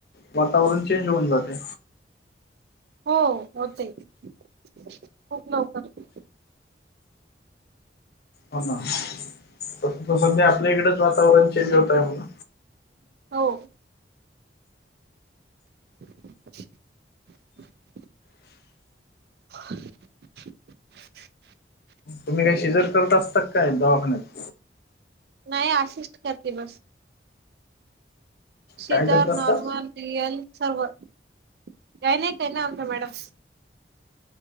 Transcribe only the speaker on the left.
वातावरण चेंज होऊन जातंय.
हो ना तस त सध्या आपल्या इकडेच वातावरण चेंज होत आहे म्हना.
तुम्ही काय शिजर करत असतात काय दवाखान्यात.
काय करत असता